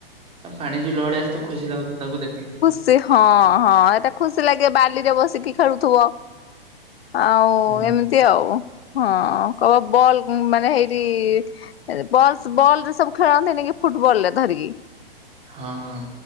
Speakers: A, on the right; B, on the left.
A: ଆଉ ପାଣି ଯୋଉ ଲଢେଇ ଆସ ତ ଖୁସି ଲାଗୁଛି ତାକୁ ଦେଖିକି।
B: ସେ ହଁ ହଁ ଏଟା ଖୁସି ଲାଗେ ବାଲିରେ ବସିକି ଖେଳୁଥିବ। ଆଉ
A: ହୁଁ
B: ଏମିତି ଆଉ ହଁ କ ବଲ ମାନେ ହେଇଠୀ। ବଲ ବଲରେ ସବୁ ଖେଳନ୍ତିନି କି ଫୁଟବଲ ରେ ଧରିକି।
A: ହଁ ହଁ।